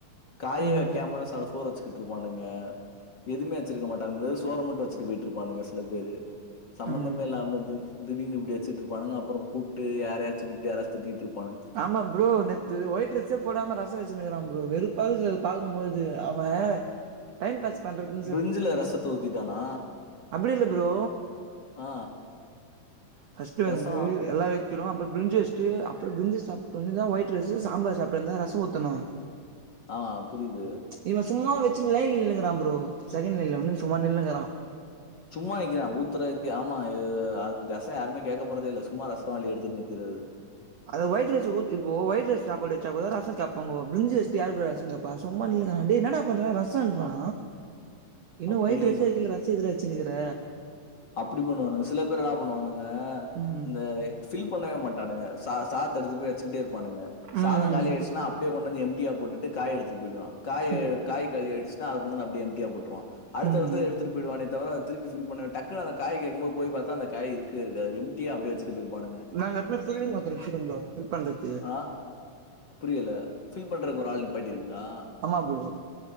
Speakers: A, on the left; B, on the right.
A: காயே
B: ம்
A: வெக்கமா சா சோற வச்சிக்கிட்டு இருப்பானுங்க எதுவுமே வெச்சிருக்க மாட்டாங்கா வெறு சோற மட்டு வெச்சுட்டு போயிட்டு இருப்பானுங்க சில பேரு சம்மந்தமே
B: ஆமாங்க
A: இல்லாம திடீனு இப்டி வச்சிட்டு இருப்பானுங்க அப்புறோ கூப்ட்டு யாரையாச்சு கூப்ட்டு யாராச்சு திட்டிட்டு இருப்
B: ஆமா ப்ரோ நேத் து ஒயி்ட் ரைசே போடாம ரசோ வச்சுனுக்கிறா ப்ரோ வெறுப்பாக்குது அத பாக்கும் போது அவ டைம் பாஸ் பண்றது
A: பிரிஞ்சில ரசத்த ஊத்திட்டானா
B: அப்டி இல்ல ப்ரோ
A: ஆ
B: ஃபர்ஸ்ட் வந்து
A: ரசம்
B: எல்லா றோ அப்புரோ பிரிஞ்சி வெச்டு அப்புறோ பிரிஞ்சி சாப்ட்டோன தா ஒய்ட் ரைஸ் சாம்பார் சாப்பிட்டோனதா ரசோ உத்தணு
A: ஆ புரியுது
B: இவ சும்மா வெச்சுன் லைன்ல நின்னுகிறா ப்ரோ செகண்ட் லைன்ல வந்து சும்மா நின்னுகிறா
A: சும்மா நிக்கிறா ஊத்துரக்கு ஆமா அ ரசம் யாருமே கேக்க போறதே இல்ல சும்மா ரசம் வாலி எடுத்துட்டு நிக்கிறது
B: அத ஒயிட் ரைஸ்கு உத்தி இப்போ ஒயிட் ரைஸ் சாப்பாடு வச்சா கூடோ ரசம் சாப்டுவோ பிரிஞ்சி வெசிஸ்டு யாரு ப்ரோ ரசம் சாப் வா சும்மா நின்னுட்டு இருக்காங்க டே என்னடா பண்ற ரசம்ன்ரா இன்னும்
A: அப்படி
B: ஒயிட் ரைஸ்யே வெக்கல ரச இதுல வச்சினுக்குற
A: அப்டி பண்ணுவானுங்க சில பேர் நா பண்ணுவானுங்க
B: ம்
A: இந்த ஃபில் பண்ணவே மாட்டானுங்க ச சாத்த எடுத்து போய் வச்சுக்கிட்டே இருப்பானுங்க சாதம்
B: ம்
A: காலி ஆயிடுச்சுனா அப்டியே கொண்டு வந்து எம்ன்டியா போட்டுட்டு காய எடுத்துட்டு போயிடுவா
B: ம்
A: காய களியாடுச்சின்னா அத கொண்டந்து அப்டியே எம்டியா போட்ருவா அடுத்தடுத்து
B: ம்
A: எடுத்துட்டு போயிடுவானே தவிர திருப்பி ஃபில் பண்ண டக் குன்னு அந்த காய் கேக்கும் போது போய் பாத்தா அந்த காய் இருக்கவே இருக்காது எம்டியா அப்டியே வச்சுட்டு போயிருப்பானுக
B: நாங்க எப்வுமே பில்லிங் ஒருத்தர் வச்சிருவோம் ப்ரோ ஃபில் பண்றதுக்கு
A: ஆ புரியல ஃபில் பண்றக்கு ஒரு ஆள் நீப்பாட்டிருங்களா
B: ஆமா ப்ரோ